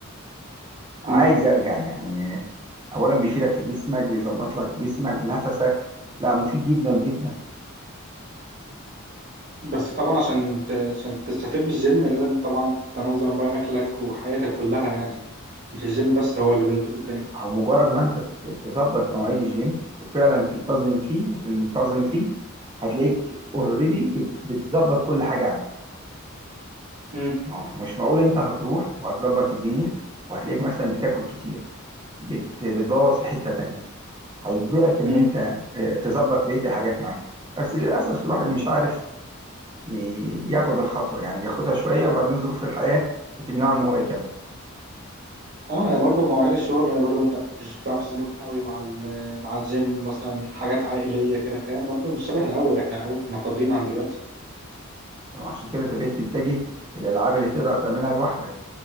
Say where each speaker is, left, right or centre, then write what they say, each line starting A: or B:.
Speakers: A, on the right; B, on the right.
A: عايز
B: مم.
A: أرجع يعني أولا بيفيدك في جسمك بيظبط لك جسمك نفسك لا مفيد جدا جدا
B: بس طبعا عشان ت... عشان تستفيد من الجيم لازم طبعا تنظم بقى اكلك وحياتك كلها يعني مش الجيم بس هو اللي بيظبط الدنيا
A: أو مجرد ما أنت ت- تظبط مواعيد الجيم وفعلا تلتزم فيه وتنتظم فيه هتلاقيك اوريدي بتظبط كل حاجة عليه
B: مم.
A: ما هو مش معقول انت هتروح وهتظبط الدنيا وهتلاقيك مثلا بتاكل كتير بت بتبوظ في حتة تانية هيجبرك ان
B: مم.
A: انت آه، تظبط بقية الحاجات معاك بس للأسف الواحد مش عارف ي- ياخد الخطوة يعني بياخدها شوية وبعدين ظروف الحياة بتمنعه ان هو يكمل
B: اه يعني برضو مواعيد الشغل يعني برضو انت مش بتعرف تظبطها قوي مع ال... مع الجيم مثلا حاجات عائلية كده فاهم برضو مش شبه الاول احنا الاول كنا فاضيين عن دلوقتي
A: عشان كده انت بقيت تتجه للألعاب اللي تقدر تعملها لوحدك